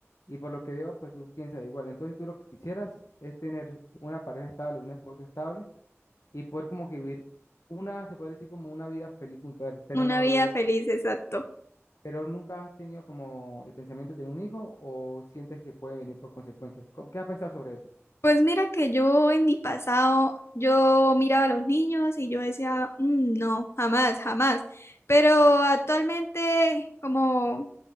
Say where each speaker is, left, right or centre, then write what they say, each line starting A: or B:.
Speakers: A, on the left (about 75°); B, on the left (about 60°).
A: Y por lo que veo, pues tú piensas igual. Entonces tú lo que quisieras es tener una pareja estable, un esposo estable y poder como que vivir una, se puede decir como una vida feliz junto a él. Pero
B: Una
A: lo,
B: vida
A: lo
B: feliz, exacto.
A: pero nunca has tenido como el pensamiento de tener un hijo o sientes que puede venir por consecuencias. ¿Cómo- ¿Qué has pensado sobre eso?
B: Pues mira que yo en mi pasado, yo miraba a los niños y yo decía, "Mm, no, jamás, jamás. Pero actualmente, como